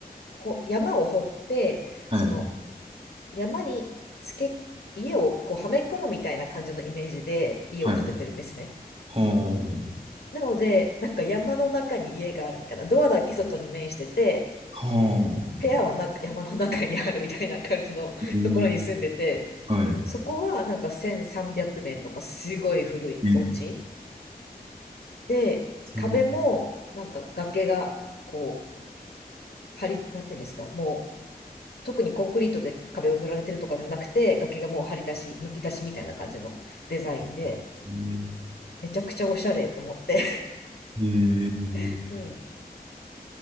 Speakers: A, on the left; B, on the right.
A: こう山を掘って、
B: はい、
A: その山につけ、家をこうはめ込むみたいな感じのイメージで家を建ててるんですね。
B: はい。ほーん、
A: なので、なんか山の中に家があるみたいな、ドアだけ外に面してて、
B: ほーん。
A: 部屋はなく山の中にあるみたいな感じの <laughs>
B: えー
A: ところに住んでて、
B: はい。
A: そこはなんか1300年とかすごい古いお家
B: え、
A: で、
B: すごい。
A: 壁もなんか崖がこう、張り、なんていうんですか、もう特にコンクリートで壁を塗られてるとかじゃなくて、崖がもう張り出し、むき出しみたいな感じのデザインで、
B: えー、
A: めちゃくちゃおしゃれと思って
B: えー
A: <laughs>。うん。